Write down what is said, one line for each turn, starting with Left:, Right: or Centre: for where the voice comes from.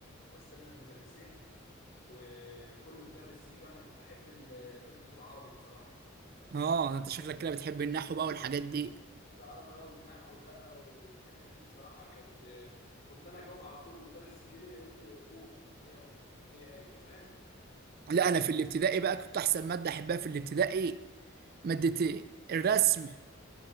Left: واستنى المدرسين وكل مدرس يجي بقى انا كنت احب ال- ماده العربي بصراحه
Right: اه انت شكلك كده بتحب النحو بقى والحاجات دي
Left: العربي بقى والنحو بقى والحاجات دي بصراحة كانت كنت انا اجاوب على طول المدرس يجي لي يقول لي قوم جاوب الجاي قايم فاهم
Right: لا انا في الابتدائي بقى كنت احسن ماده احبها في الابتدائي مادتين الرسم